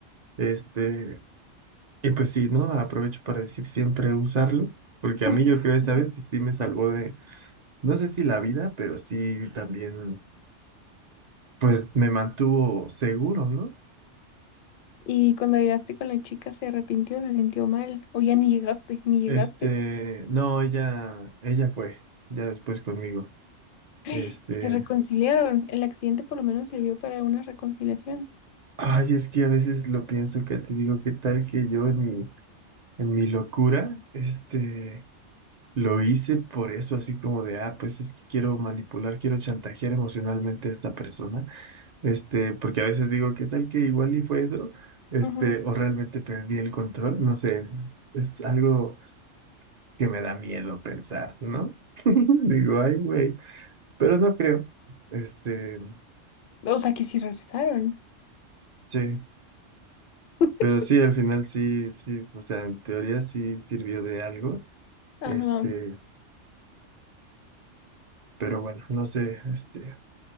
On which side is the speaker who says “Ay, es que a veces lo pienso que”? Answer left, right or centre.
Right